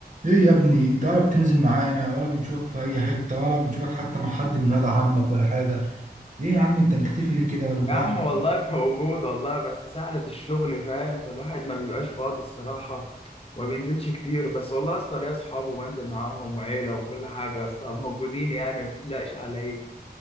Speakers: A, on the right; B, on the left.
A: ايه يا ابني انت ولا بتنزل معانا ولا بنشوفك في اي حتة ولا بنشوفك حتى مع حد من ولاد عمك ولا حاجة ايه يا عم انت مختفي ليه كده ولا متوحد
B: يا عم والله موجود والله بس سهلة الشغل فاهم فالواحد ما بيبقاش فاضي الصراحة وما بينزلش كتير بس والله يا اسطى ليا اصحاب وبنزل معاهم وعيلة وكل حاجة يا اسطى موجودين يعني ما تقلقش على ايه